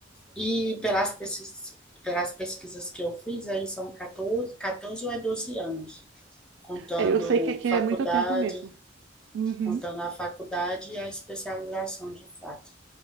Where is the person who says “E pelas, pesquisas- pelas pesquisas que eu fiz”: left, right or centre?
Centre